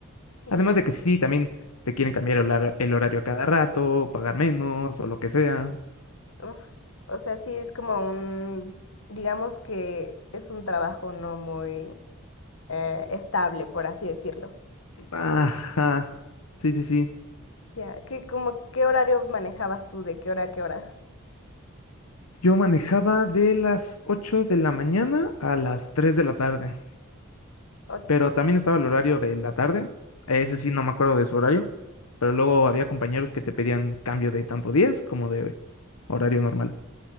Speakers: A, on the left (about 70°); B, on the left (about 85°).
A: Sí,
B: además de que sí, también te quieren cambiar el hora- el horario a cada rato, pagar menos o lo que sea.
A: uf, o sea, sí es como un, digamos que es un trabajo no muy eh, estable, por así decirlo.
B: Ajá. Sí, sí, sí.
A: Ya, ¿qué, como, qué horario manejabas tú? ¿De qué hora a qué hora?
B: Yo manejaba de las 8 de la mañana a las 3 de la tarde,
A: O-
B: pero también estaba el horario de la tarde. Ese sí, no me acuerdo de su horario, pero luego había compañeros que te pedían cambio de tanto días como de horario normal.